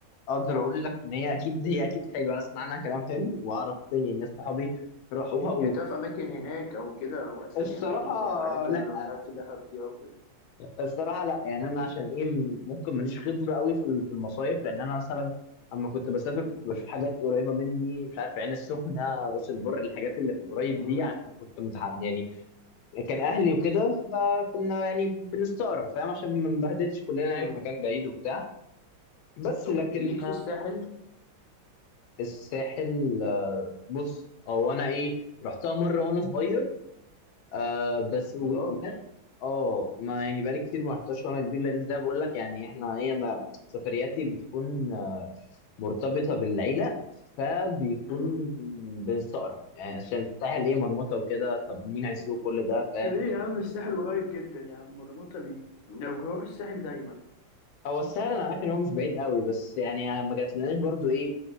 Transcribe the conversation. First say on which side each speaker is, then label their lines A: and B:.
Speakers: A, on the left (about 80°); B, on the left (about 65°).
A: أقدر أقول لك إن هي أكيد هي أكيد حلوة أنا أسمع عنها كلام حلو وأعرف يعني ناس صحابي راحوها
B: يعني يعني تعرف اماكن هناك او كده او اسامي
A: والصراحة
B: اماكن زي الحاجات
A: لا
B: اللي لو قاعد في دهب دي او كده
A: الصراحة لا يعني أنا عشان إيه م- ممكن ماليش خبرة قوي في ال- في المصايف لأن أنا مثلا أما كنت بسافر كنت بشوف حاجات قريبة مني مش عارف عين السخنة راس البر الحاجات اللي في القريب
B: مم.
A: دي عشان كنت متحمس يعني كان اهلي وكده فكنا يعني بنستقرب فاهم عشان ما نبهدلش كلنا يعني
B: مم.
A: في مكان بعيد وبتاع بس
B: طب
A: لكن
B: ليك في الساحل
A: الساحل آه، بص او انا ايه رحتها مره وانا صغير آه بس و-
B: يا راجل
A: وكانت اه ما يعني بقالي كتير ما رحتهاش وانا كبير لان زي ما بقول لك يعني احنا ايه انا سفرياتي بتكون آه، مرتبطه بالعيله فبيكون
B: مم.
A: بنستقرب يعني عشان الساحل ايه مرمطه وكده طب مين هيسوق كل ده فاهم
B: ليه
A: طب
B: يا عم الساحل قريب جدا يا عم مرمطة ليه لو كنت بروح الساحل دايما
A: هو سهل انا عارف ان هو مش بعيد قوي بس يعني ما جاتلناش برضو ايه